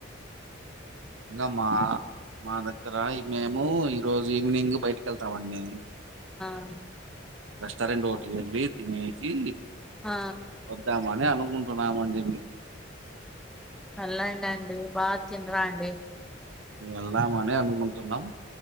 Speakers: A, on the right; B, in the centre.
A: ఇంకా మా మాదకరా మేము ఈ రోజు ఈవినింగ్ బయటికి వెళ్తామండి
B: <unintelligible>
A: రెస్టారంట్ హోటల్ కి ఎల్లి తినేసి
B: ఆ
A: వద్దామని అనుకుంటున్నామండి
B: ఎల్లండి అండి బా తిని రాండి
A: వెళ్దామని అనుకుంటున్నాం